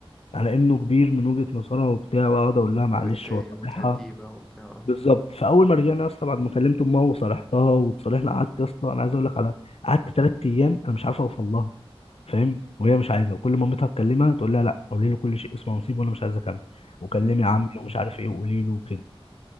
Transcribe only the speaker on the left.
على انه كبير من وجهة نظرها وبتاع واقعد اقول لها معلش
واصالحها
بالظبط فاول ما رجعنا يا اسطى بعد ما كلمت امها وصالحتها وتصالحنا قعدت يا اسطى انا عايز اقول لك على قعدت ثلاث ايام انا مش عارف اوصل لها فاهم وهي مش عايزه وكل ما مامتها تكلمها تقول لها لا قولي له كل شيء اسمه نصيب وانا مش عايزه اكمل وكلمي
عمي ومش عارف ايه وقولي له وكده